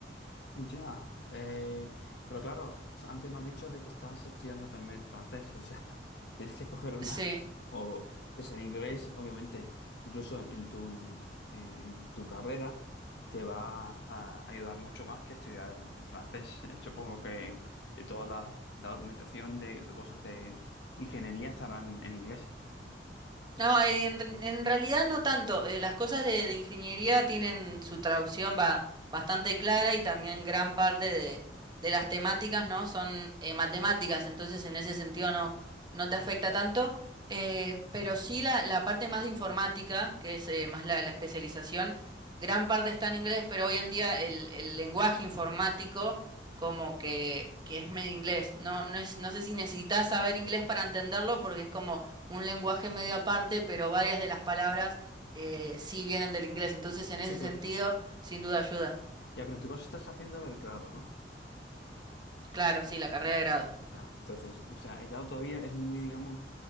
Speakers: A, on the left; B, on the right.
A: Ya, eh, pero claro, o sea, antes me has dicho de que estás estudiando también francés, o sea, <laughs> tienes que coger una,
B: Sí,
A: o es en inglés, obviamente, incluso en, en tu, eh, en tu carrera te va a ayudar mucho más que estudiar eh, francés. Eh, Supongo que eh, toda la, la documentación de, de cosas de ingeniería estarán en inglés.
B: No, en, en realidad no tanto. Eh, las cosas de, de ingeniería tienen su traducción va, bastante clara y también gran parte de, de las temáticas, ¿no? Son eh, matemáticas, entonces en ese sentido no, no te afecta tanto. Eh, pero sí la, la parte más de informática, que es eh, más la, la especialización, gran parte está en inglés, pero hoy en día el, el lenguaje informático como que, que es medio inglés. No, no es, no sé si necesitas saber inglés para entenderlo porque es como un lenguaje medio aparte, pero varias de las palabras eh, sí vienen del inglés. Entonces, en
A: Sí,
B: ese
A: pero
B: sentido, sin duda ayuda.
A: ya, pero en tu caso estás haciendo el grado, ¿no?
B: Claro, sí, la
A: Eh,
B: carrera
A: eh,
B: de grado.
A: Claro, entonces, o sea, el grado todavía es muy, digamos,